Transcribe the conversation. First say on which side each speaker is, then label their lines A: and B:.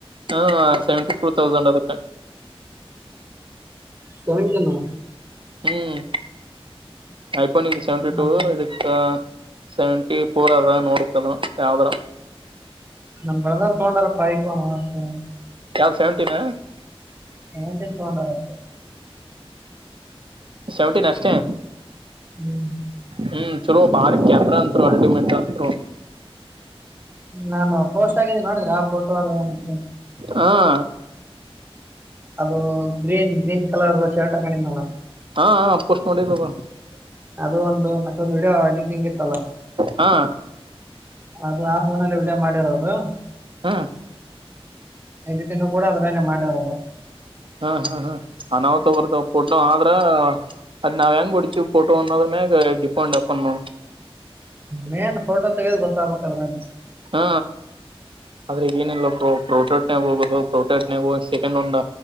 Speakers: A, on the right (about 55°); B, on the right (about 20°).
A: ಹ್ಮ ಸೆವೆಂಟಿ ಫೋರ್ ತೌಸಂಡ್ ಅದಕ್ಕ.
B: ಸೆವೆಂಟಿನು.
A: ಹ್ಮ್ ಐಫೋನ್ ಇದ ಸೆವೆಂಟಿ ಟೂ
B: ನಮ್
A: ಆದ್ರ ಇದಕ್ಕ ಸೆವೆಂಟಿ ಫೋರ್ ಅದ ನೋಡ್ಬೇಕ್ ಅದು ಯಾವ್ದ್ರ.
B: ನಮ್ಮ ಬ್ರದರ್ ತೊಂಡಾರ್ ಅಪ್ಪಾ ಐಫೋನ್ ಅಷ್ಟೇ.
A: ಯಾವ ಸೆವೆಂಟೀನಾ?
B: ಸೆವೆಂಟಿನ್ ತೊಂಡಾರ್ ಅಷ್ಟೇ.
A: ಸೆವೆಂಟೀನ್ ಅಷ್ಟೇ.
B: ಹ್ಮ್
A: ಹ್ಮ್ ಚಲೋ ಭಾರಿ ಕ್ಯಾಮ್ರಾ ಅಂತ್ರೂ ಅಲ್ಟಿಮೇಟ್ ಅಂದ್ರು.
B: ನಾನು ಪೋಸ್ಟ್ ಆಗಿದೆ ನೋಡಿದ್ರ ಆ ಫೋಟೋ ಅದು ಒಂದಿಷ್ಟು
A: ಅ.
B: ಅದು ಗ್ರೀನ್ ಗ್ರೀನ್ ಕಲರ್ದ ಶರ್ಟ್ ಹಾಕೊಂಡಿದ್ನಲ್ಲ.
A: ಹಾ ಹಾ ಪೋಸ್ಟ್ ಮಾಡಿದ್ ಅದು.
B: ಅದು ಒಂದು ಮತ್ತೊಂದು ವಿಡಿಯೋ ಎಡಿಟಿಂಗ್ ಇತ್ತಲ್ಲ
A: ಹಾ
B: ಅದು ಆಗ್ ಒಂದ್ ಅದರಲ್ಲೆ ವಿಡಿಯೋ ಮಾಡಿರೋದು
A: ಹಾ
B: ಎಡಿಟಿಂಗೂ ಕೂಡ ಅದರಲಲ್ಲೆ ಮಾಡಿರೋದು.
A: ಹ್ಮ್ ಹ್ಮ್ ಹ್ಮ್ ಅನಾಹುತ ಬರ್ತ ಪೋಟ್ನೂ ಆದ ಅದ್ರ ಅದ್ ನಾವ್ ಹೆಂಗ್ ಹೊಡಿತೀವಿ ಪೋಟೋ ಅನ್ನೋದ್ರ ಮ್ಯಾಗ ಡಿಪಂಡ್ ಅಪನ್ ನೋಡ್.
B: ಮೇನ್ ಫೋಟೋ ತೆಗ್ಯದ ಗೊತ್ತಾಗ್ಬೇಕ ಅದ್ರಾಗ.
A: ಹಾ ಆದ್ರಗ ಏನಲ್ಲಪ್ಪೋ ಪ್ರೋಟೋಟ್ನಗ ಹೋಗ ಬ್ರೋ ಪ್ರೊಟೆಸ್ಟ್ನಾಗ್ ಹೋಗಿ ಸೆಕೆಂಡ್ ಒಂದ್